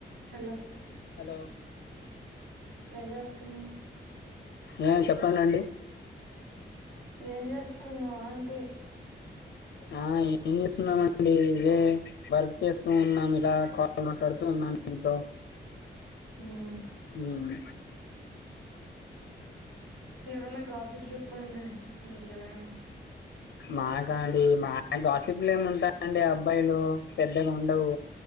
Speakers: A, on the right; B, on the left.
A: Hello
B: hello
A: ఏం చేస్తావ్
B: ఆ చెప్పంనండి
A: ఏం చేస్తున్నా ఆంటీ
B: ఆ ఏం చేస్తున్నామండి ఇదే వర్క్ చేస్తూ ఉన్నాం ఇలా కాల్ మాట్లాడుతూ ఉన్నాం మీతో
A: మ్మ్
B: మ్
A: ఏదనా గాసిప్ చెప్పండి మీకేదైనా
B: మాకా అండి మా <unintelligible> ఏముంటాయిండి అబ్బాయిలు పెద్దగా ఉండవు